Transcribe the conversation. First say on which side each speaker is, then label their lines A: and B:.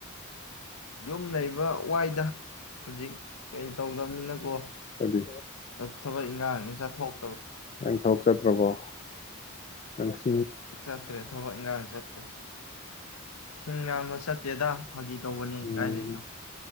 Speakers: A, on the left; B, on the left.
A: ꯌꯨꯝ ꯂꯩꯕ ꯋꯥꯏꯗ ꯍꯧꯖꯤꯛ ꯀꯩ ꯇꯧꯗꯅꯤꯅꯀꯣ
B: ꯀꯔꯤ
A: ꯊꯕꯛ ꯏꯪꯈꯥꯡ ꯑꯃ ꯆꯠꯊꯣꯛ
B: ꯅꯪ ꯊꯕꯛ ꯆꯠꯇꯔꯥꯕꯣ ꯅꯁ
A: ꯆꯠꯇ꯭ꯔꯦ ꯊꯕꯛ ꯏꯟꯈꯥꯡ ꯆꯠꯇ꯭ꯔꯦ ꯁꯤꯡꯌꯥꯟꯕ ꯆꯠꯇꯦꯗ ꯐꯥꯒꯤ ꯇꯧꯕꯅꯤ
B: ꯎꯝ
A: ꯀꯥꯏꯗꯩꯅꯣ